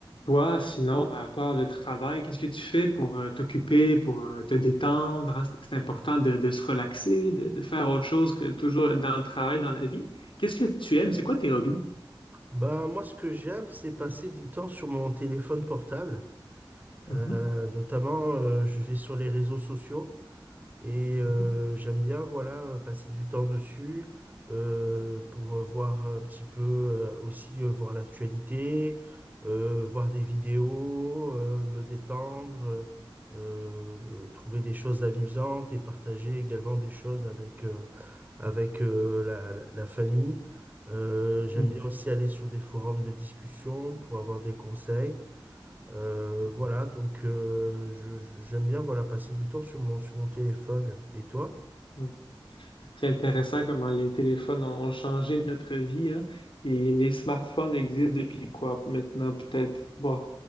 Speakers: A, on the left; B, on the right.
A: Toi, sinon, à part le travail, qu'est-ce que tu fais pour euh, t'occuper, pour euh, te détendre? hein? C'est c'est important de, de se relaxer, de, de faire autre chose que toujours être dans le travail, dans la vie. Qu'est-ce que tu aimes? C'est quoi tes hobbies?
B: Ben, moi, ce que j'aime, c'est passer du temps sur mon téléphone portable.
A: Mhm,
B: Euh, notamment, euh, je vais sur les réseaux sociaux et euh,
A: mhm,
B: j'aime bien, voilà, passer du temps dessus euh, pour euh, voir un petit peu euh, aussi euh, voir l'actualité, euh, voir des vidéos, euh, me détendre, euh, euh, trouver des choses amusantes et partager également des choses avec, euh, avec euh, la, la famille. Euh, j'aime
A: mhm,
B: bien aussi aller sur des forums de discussion pour avoir des conseils. Euh,
A: mhm,
B: voilà, donc euh, je- je- j'aime bien voilà, passer du temps sur mon, sur mon téléphone. Et toi?
A: mhm. C'est intéressant comment les téléphones ont ont changé notre vie, hein. Et les smartphones existent depuis quoi? Maintenant, peut-être, bon,